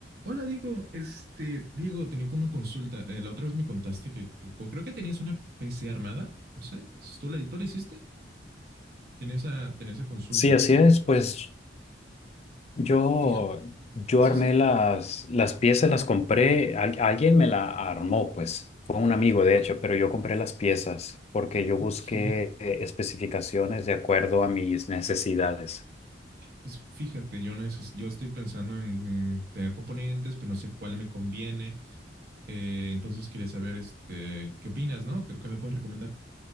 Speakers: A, on the right; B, on the left.
A: Hola Diego, este, Diego, tenía una consulta. Eh, la otra vez me contaste que, que- que creo que tenías una PC armada, no sé, ¿tú la, tú la hiciste? Tenía esa, tenía esa consulta.
B: Sí, así es. Pues yo,
A: Y fíjate,
B: yo
A: sí,
B: armé
A: sí,
B: las, las piezas, las compré. Al- alguien me la armó, pues. Fue un amigo, de hecho, pero yo compré las piezas porque yo
A: ok,
B: busqué eh, especificaciones de acuerdo a mis necesidades.
A: pues fíjate, yo, neces- yo estoy pensando en tener componentes, pero no sé cuál me conviene. Eh, entonces quería saber, este, ¿qué opinas, no? ¿Qué, qué me puedes recomendar?